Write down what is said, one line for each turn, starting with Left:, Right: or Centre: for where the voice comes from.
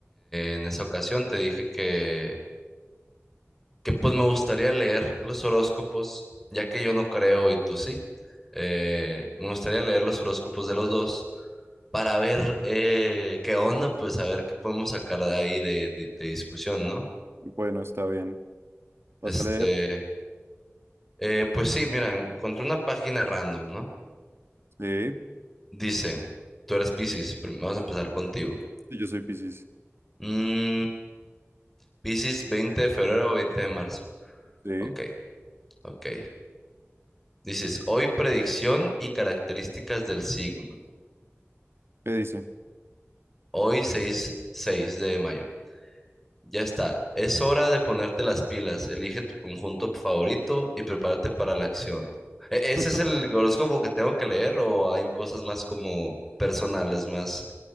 Centre: eh, en esa ocasión, te dije que, que pues me gustaría leer los horóscopos, ya que yo no creo y tú sí. Eh, me gustaría leer los horóscopos de los dos para ver eh, qué onda, pues a ver qué podemos sacar de ahí de de- de discusión, ¿no?
Right: Bueno, está bien. ¿Vas
Centre: Este,
Right: a leer?
Centre: eh, pues sí, mira, encontré una página random, ¿no?
Right: Sí,
Centre: Dice, tú eres Piscis, prim- vamos a empezar contigo.
Right: sí, yo soy Piscis.
Centre: Mm, Piscis 20 de febrero o 20 de marzo.
Right: Sí,
Centre: Ok, ok. Dices, hoy predicción y características del signo.
Right: ¿qué dice?
Centre: Hoy 6, 6 de mayo. Ya está, es hora de ponerte las pilas. Elige tu conjunto favorito y prepárate para la acción. ¿E- ¿Ese
Right: <laughs>
Centre: es el horóscopo que tengo que leer o hay cosas más como personales, más...